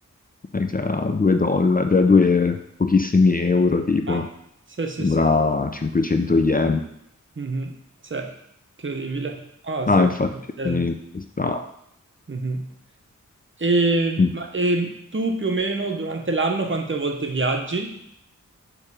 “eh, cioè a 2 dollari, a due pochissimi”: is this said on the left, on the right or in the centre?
Left